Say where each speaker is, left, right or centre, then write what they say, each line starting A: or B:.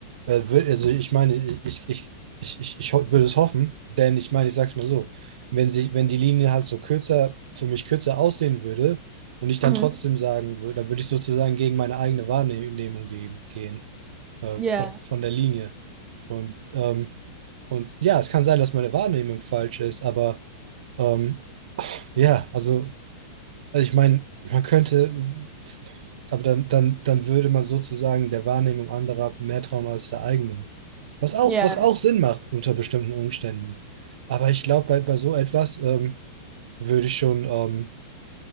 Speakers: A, on the right; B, on the right.
A: äh, wür- also ich meine, ich, ich, ich, ich, ich ho- würde es hoffen, denn ich meine, ich sag's mal so, wenn sich, wenn die Linie halt so kürzer, für mich kürzer aussehen würde und ich dann
B: Mhm.
A: trotzdem sagen würde, dann würde ich sozusagen gegen meine eigene Wahrnehmung gehen, gehen äh,
B: Ja,
A: von, von der Linie. Und, ähm, und ja, es kann sein, dass meine Wahrnehmung falsch ist, aber ähm, ja, also also ich meine, man könnte, aber dann, dann, dann würde man sozusagen der Wahrnehmung anderer mehr trauen als der eigenen. Was auch,
B: ja.
A: was auch Sinn macht unter bestimmten Umständen. Aber ich glaube, bei, bei so etwas ähm, würde ich schon, ähm,